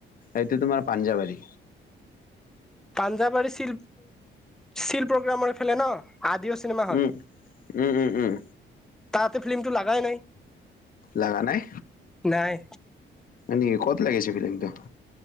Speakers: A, on the left; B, in the centre.
A: এইটো তোমাৰ পাঞ্জাৱাৰী।
B: পাঞ্জাৱৰী চিল চিল প্ৰগ্ৰামৰ ফেলে ন। আদিও চিনেমা হল
A: উম উম উম উম
B: তাতে ফিল্মটো লগাই নাই।
A: লাগা নাই
B: নাই
A: নেকি ক'ত লাগিছে ফিলংটো।